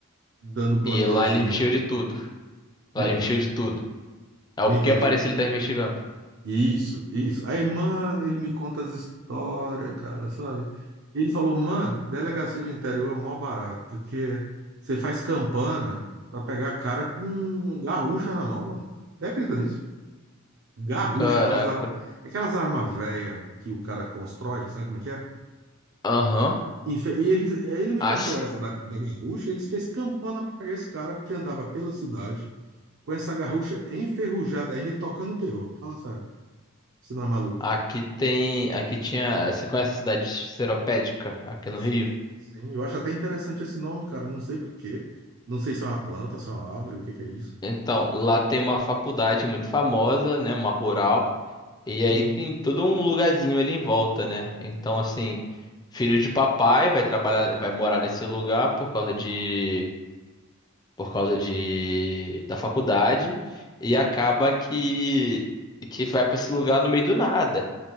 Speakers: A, on the right (about 55°); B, on the left (about 20°).
A: dando plantãozinho
B: E lá ele investiga
A: lá.
B: de tudo. Lá
A: Hum?
B: investiu de tudo. É
A: Não
B: o que
A: entendi.
B: aparece ele tá investigando.
A: Isso, isso. Aí, mano, ele me conta as histórias, cara, sabe? Ele falou, mano, delegacia de interior é mó barato, porque você faz campana pra pegar cara com garrucha na mão, mano. Você acredita nisso? Garrucha,
B: Caraca.
A: aquelas, ar... aquelas armas velhas que o cara constrói, sabe como é que é?
B: Aham.
A: Infe- E ele, diz- ele me
B: A-
A: contou essa da, da garrucha, eles fez campana pra pegar esse cara, porque andava pela cidade com essa garrucha enferrujada ainda e tocando terror. Fala sério, você não é maluco.
B: Aqui, tem. Aqui tinha. Você conhece a cidade Seropédica, aqui no
A: Sim,
B: Rio?
A: sim. Eu acho até interessante esse nome, cara. Não sei por quê. Não sei se é uma planta, se é uma árvore, o que que é isso.
B: Então, lá tem uma faculdade muito famosa, né? Uma rural. E aí
A: Hum,
B: tem todo um lugarzinho ali em volta, né? Então, assim, filho de papai vai trabalhar, vai morar nesse lugar por causa de. Por causa de. Da faculdade. E acaba que. Que vai pra esse lugar no meio do nada.